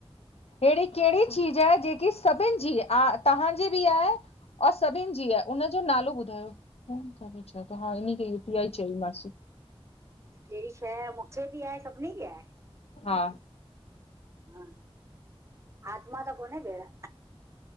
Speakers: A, on the left; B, on the right.
A: अहिड़ी कहिड़ी चीज आहे जेकी सभिनि जी आ तव्हांजी बि आहे और सभिनि जी आ उन जो नालो ॿुधायो? अच्छा त हाडे़ं हिन्न के यूपीआइ चंईंमासीं।
B: कहिड़ी शए मुखे बि आहे सभिनी खे आहे?
A: हा
B: हा आत्मा त कोने भेंण?